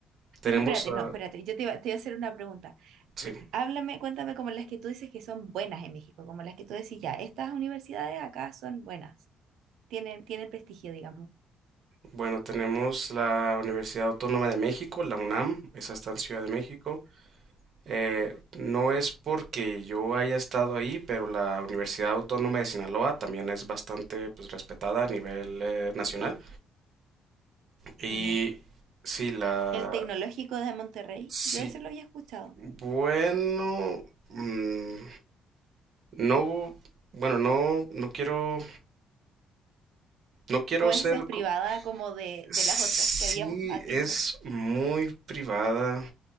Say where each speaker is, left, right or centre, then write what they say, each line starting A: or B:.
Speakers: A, on the right; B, on the right.
A: Tenemos,
B: Pero espérate,
A: ah,
B: no, espérate, yo te iba, te iba a hacer una pregunta.
A: sí.
B: Eh, Háblame, cuéntame como las que tú dices que son buenas en México, como las que tú decís ya, estas universidades acá son buenas, tienen, tienen prestigio, digamos.
A: Bueno, tenemos la Universidad Autónoma de México, la UNAM, esa está en Ciudad de México. Eh, no es porque yo haya estado ahí, pero la Universidad Autónoma de Sinaloa también es bastante pues, respetada a nivel eh, nacional. Y
B: Genial.
A: sí, la...
B: El tecnológico de Monterrey,
A: Sí,
B: yo ese lo había escuchado.
A: bueno... mm, no... Bueno, no, no quiero, no quiero
B: O esa
A: ser...
B: es
A: co-
B: privada como de,
A: Sí,
B: de las otras que habíamos has
A: es
B: dicho.
A: muy privada.